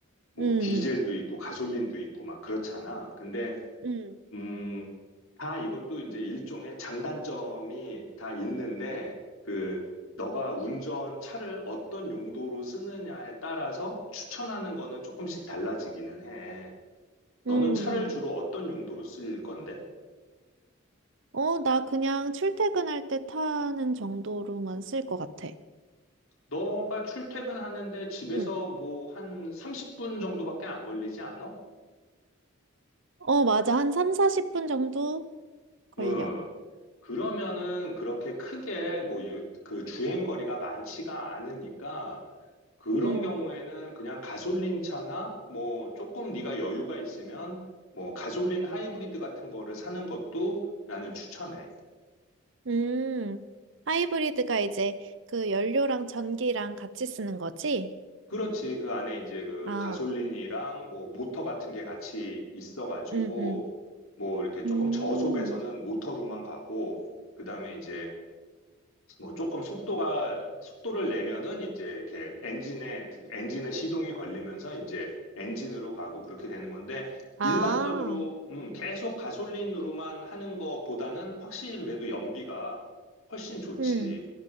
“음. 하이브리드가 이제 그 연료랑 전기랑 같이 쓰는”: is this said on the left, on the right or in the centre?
Right